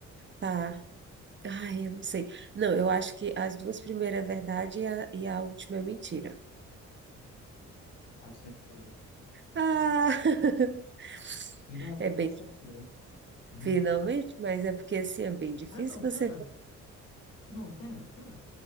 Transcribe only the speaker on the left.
acertou.
Finalmente
acertou. <laughs>
Ah, não,
pera.
Não, pera, pera.